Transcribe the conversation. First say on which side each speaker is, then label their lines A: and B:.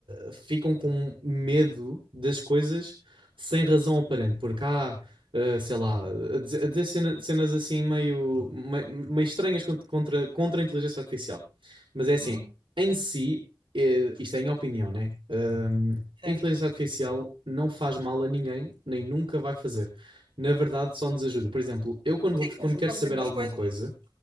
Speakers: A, on the right; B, on the right.
A: ah, ficam com medo das coisas sem razão aparente, porque há, ah, sei lá, a dizer, a dizer cena- cenas assim meio, me- meio, estranhas cont- contra, contra a inteligência artificial. Mas é assim,
B: Uhum,
A: em si, eh, isto é em opinião, né? Ahm,
B: certo.
A: a inteligência artificial não faz mal a ninguém, nem nunca vai fazer. Na verdade, só nos ajuda. Por exemplo, eu quando vou,
B: Sim,
A: quando
B: ajuda-nos
A: quero saber
B: em muitas
A: alguma
B: coisas.
A: coisa